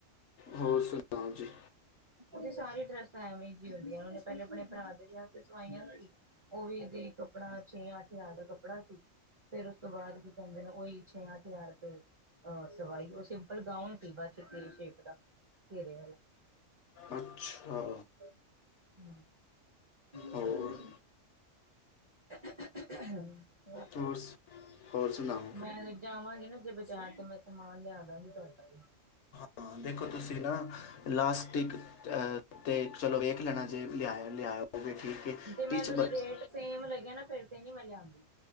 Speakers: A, on the left; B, on the right.
A: ਹੋਰ ਸੁਣਾਓ ਜੀ।
B: ਉੇਹ ਸਾਰੀ ਡਰੈਸਾਂ ਐਵੇਂ ਹੀ ਜਿਹੀ ਹੁੰਦੀਆਂ ਨੇ ਔਨੇ ਪਹਿਲੇ ਆਪਣੇ ਭਰਾ ਜ ਸਵਾਈਆਂ ਸੀ ਉਹ ਵੀ, ਇਹਦੇ ਕੱਪੜਾ ਛੇ ਅੱਠ ਹਜ਼ਾਰ ਦਾ ਕੱਪੜਾ ਸੀ। ਫੇਰ ਉਸ ਤੋਂ ਬਾਅਦ ਕੀ ਕਹਿੰਦੇ ਨੇ, ਉਹੀ ਛੇ -ਅਠ ਹਜ਼ਾਰ ਰੁਪਏ ਆ ਸਵਾਈ ਔ ਸੀ। ਬਸ ਗਾਉਣ ਸੀ ਬਸ ਵੀ -ਸ਼ੇਪ ਦਾ, ਘੇਰੇ ਵਾਲਾ।
A: ਅੱਛਾ।
B: <unintelligible>
A: ਹੋਰ
B: <unintelligible>
A: ਹੋਰ ਹੋਰ ਸੁਣਾਓ।
B: ਮੈਂ ਜਾਵਾਂਗੀ ਨਾ ਜੇ ਬਚਾਰ, ਤੇ ਮੈਂ ਸਮਾਨ ਲਿਆ ਦਾਂਗੀ ਤੁਹਾਡਾ ਵੀ।
A: ਹਾਂ, ਦੇਖੋ ਤੁਸੀਂ ਨਾ ਲਾਸਟ ਲਾਸਟਿਕ ਤੇ ਚਲੋ ਵੇਖ ਲੈਣਾ ਜੇ ਲਿਆਇ ਲਿਯਾਆ ਹੋਵੇ ਠੀਕ। ਹੈ
B: ਜੇ ਮੈਨੂੰ
A: ਟੀਚ ਬਸ
B: ਰੇਟ ਸੇਮ ਲੱਗਿਆ ਨਾ ਫਿਰ ਤੇ ਨੀ, ਮੈਂ ਲਉਂਦੀ।